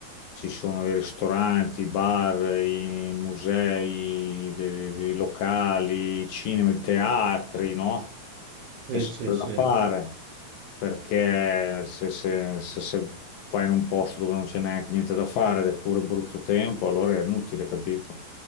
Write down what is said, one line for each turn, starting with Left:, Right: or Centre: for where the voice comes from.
Left: ci sono i ristoranti, i bar, i musei, i, i locali, i cinema, i teatri, no? C'è
Right: Sì,
Left: sempre
Right: sì, sì,
Left: da fare, perché se, se- se- se vai in un posto dove non c'è neanche niente da fare ed è pure brutto tempo, allora è inutile, capito?